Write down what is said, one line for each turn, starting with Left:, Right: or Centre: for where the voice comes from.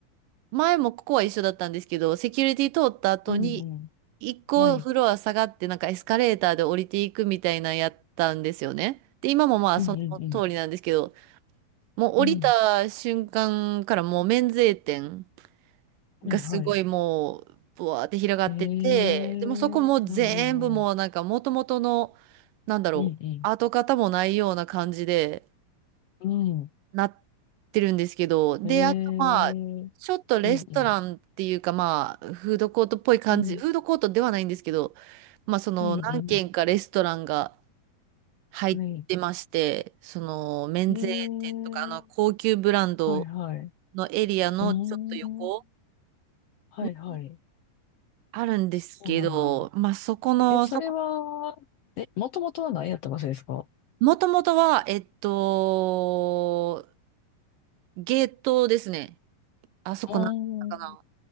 Right: 前もここは一緒だったんですけど、セキュリティ通った後に、
Left: うんう
Right: 一個フロア下がって、
Left: ん。はい。
Right: なんかエスカレーターで降りていくみたいなのやったんですよね。で、今もまあその通りなんですけど、
Left: うんうんうん。
Right: もう降りた瞬間からもう免税店
Left: うん。はいはい。
Right: がすごいもう、ブワーって広がってて、
Left: ええー。
Right: でもそこもう全部もうなんか元々の、
Left: うんうんうん。
Right: なんだろう、
Left: うんうん。
Right: 跡形もないような感じで、
Left: うん。
Right: なってるんですけど、で、
Left: ええー。
Right: あとまあ、ちょっとレストランっていうかまあ、
Left: うんうん。
Right: フードコートっぽい感じ、
Left: うん
Right: フードコートではないんですけど、まあその何軒かレストランが
Left: うんうん。はい。
Right: 入ってまして、その免税店とかあの高級ブランド
Left: へえ、はいはい。う
Right: のエリアのちょっと横
Left: ーん、はいはい。
Right: にあるんですけど、
Left: そうなんだ。
Right: まあそこの、
Left: え、それは、
Right: そこ、
Left: え、もともとは何やった場所ですか
Right: もともとは、えっと、ゲートですね。あそこなんだったかな。
Left: あー、